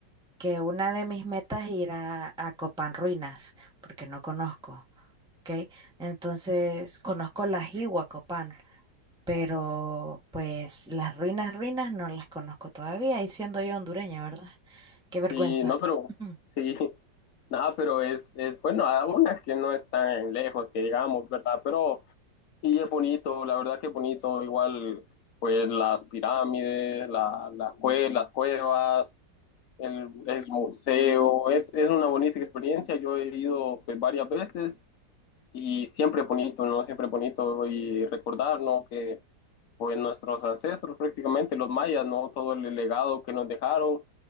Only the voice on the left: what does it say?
Sí, no, pero
sí, nada, pero es, es bueno, a unas que no están lejos, que digamos, ¿verdad? Pero, y es bonito, la verdad que es bonito, igual, pues las pirámides, la, la cue- las cuevas, el, el museo, es, es una bonita experiencia, yo he ido pues varias veces y siempre bonito, ¿no? Siempre bonito y recordar, ¿no? Que pues nuestros ancestros prácticamente, los mayas, ¿no? Todo el legado que nos dejaron